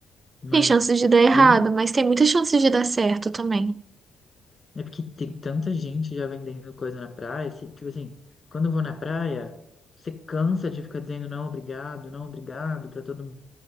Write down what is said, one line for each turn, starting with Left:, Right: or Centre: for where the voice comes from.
Left: Mas.
Right: Tem chances de dar errado,
Left: Ih,
Right: mas tem muitas chances de dar certo também.
Left: É porque tem tanta gente já vendendo coisa na praia. se- tipo assim, quando eu vou na praia, você cansa de ficar dizendo não, obrigado, não, obrigado pra todo